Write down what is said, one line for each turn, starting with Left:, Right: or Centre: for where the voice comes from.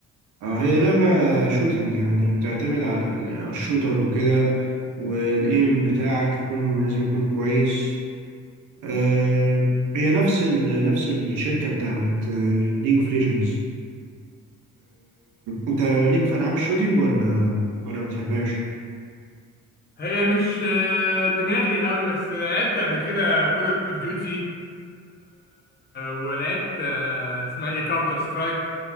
Right: آه هي لعبة شوتينج يعني بتعتمد على ال- على الشوتر وكده والإيم بتاعك يكون لازم يكون كويس آه، هي نفس ال... نفس الشركة بتاعت ليج اوف ليجندز انت ليك في العاب الشوتينج ولا ولا ما بتحبهاش
Left: هي مش آه، دماغي قوي بس لعبت قبل كده كول اوف ديوتي ولعبت آه، اسمها ايه كاونتر سترايك